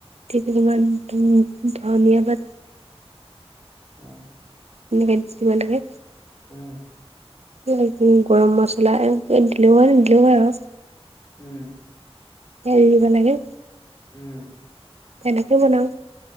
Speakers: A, on the right; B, on the left.
A: কেইখিলি মান উম ধনিয়া পাত
B: অ
A: এনেকে দি দিব লাগে
B: উম
A: এ কি গৰম মছলা এনেকে দিলেও হয় নিদিলেও হয় আৰু।
B: উম।
A: এইেৰি তেনেে <inaudible>
B: উম।
A: এনেকে বনাও।